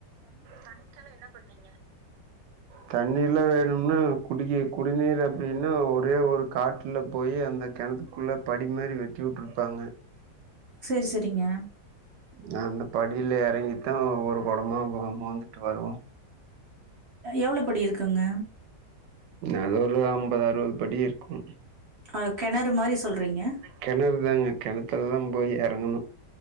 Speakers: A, on the right; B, on the right.
A: தன்னிக்கெல்லா என்ன பண்ணீங்க தண்ணீர்லா வேணும்னா குடி குடிநீர் அப்டின்னா ஒரே ஒரு காற்று குள்ள போய் அந்த கிணத்துக்குள்ள படி மாரி வெட்டி விட்ருப்பாங்க
B: செரி செரிங்க
A: நா அந்த படில இறங்கித்தா ஒவ்வொரு கொடமா மோந்துட்டு வருவோ
B: எவ்ளோ படி இருக்குங்க
A: அது ஒரு ஐம்பது அறுவது படி இருக்கு
B: ஆ கெணறு மாரி சொல்றீங்க
A: கெணறுதாங்க கெணத்துலதா போய் எறங்கணு